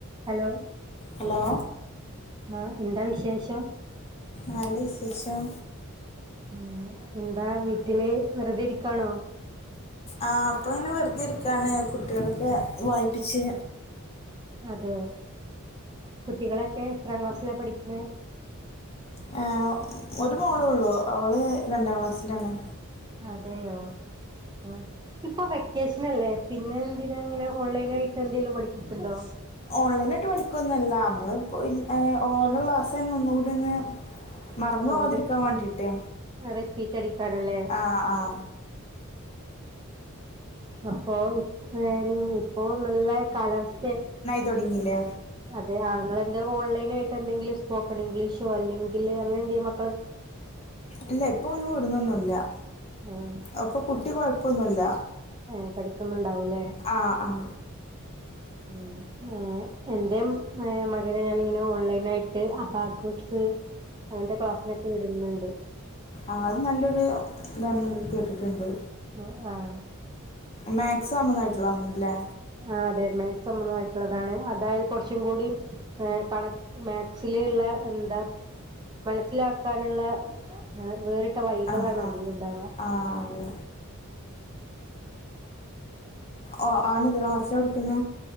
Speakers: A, on the right (about 20°); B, on the left (about 30°).
A: ഹലോ
B: ഹലോ
A: ആഹ എന്താ വിശേഷം
B: നല്ല വിശേഷം
A: ഉ എന്താ വീട്ടില് വെറുത ഇരിക്കാണോ
B: ആഹ അപ്പൊങ്ങനെ വെറുതെ ഇരിക്കയാണ് കുട്ടികളൊക്കെ വായിപ്പിച്ച്
A: അതെ കുട്ടികളൊക്കെ എത്രാം ക്ലാസ്സിലാണ് പഠിക്കണ
B: ഹ ഒരു മോളേ ഉള്ളൂ അവൾ രണ്ടാം ക്ലാസ്സിലാണ്
A: അതെയോ ഉം ഇപ്പോ വെക്കേഷൻല്ലേ പിന്നെ എന്തിനാ അങ്ങനെ ഓൺലൈൻ ആയിട്ട് എന്തെങ്കലിലും പഠിപ്പിക്കണ്ടോ
B: ഓൺലൈനായിട്ട് പഠിക്കുവനുല്ല നമ്മള് ഇപ്പോ ഇ എ ഓൺലൈ ക്ലാസ്ന്ന ഒന്നുകൂടിന്ന് മറന്നു പോവാതിരിക്കാൻ
A: ഓര്
B: വേണ്ടിട്ടേ
A: റിപ്പീറ്റ് അടിക്കാണല്ലേ
B: ആഹ ആഹ
A: അപ്പൊ ഇപ്പോനി ഇപ്പോ നല്ല കാലാവസ്ഥയ
B: തുടങ്ങില്ലേ
A: അതെ ആങ്ങളൻ്റ് ഓൺലൈനായിട്ട് എന്തെങ്കിലും സ്പോക്കൺ ഇംഗ്ലീഷോ അല്ലെങ്കിൽ അങ്ങനെ എന്തെു മ
B: ഇല്ല ഇപ്പൊ ഒന്നും ടുന്നൊനുല്ല
A: ആഹ്
B: അപ്പൊ കുട്ടി കൊഴപ്പൊന്നുല്ല
A: ഏ പഠിക്കുന്നുണ്ടാവൂല്ലേ
B: ആഹ ആഹ
A: ഉം ഉം എന്റെ മകനെ ഞാാനിങ്ങനെ ഓൺലൈൻ ആയിട്ട് അബകോസ് അങ്ങത്തെ ക്ലാസ്സിനൊക്കെ വിടുന്നുണ്ട്
B: ആഹ അത് നല്ലൊരുത കേട്ടിട്ടുണ്ട്
A: ആഹ
B: മാക്സമന്നായിട്ടുള്ളല്ലേ
A: ആഹ അതന്നെ സംബന്ധമായിട്ടുള്ളതാണ് അതായൽ കുറച്ചും കൂടിും കണ മാത്സിലുള്ള എന്താ മനസ്സിലാക്കാനുള്ള വേറിട്ട വൈകളാണ്
B: ആഹ്
A: അതിൽണ്ടാവുക
B: ആഹ് ആഹ് അതെ ഓ ആണ് എത്രാം ക്ലാസ്സിലാ പടിക്കുന്ന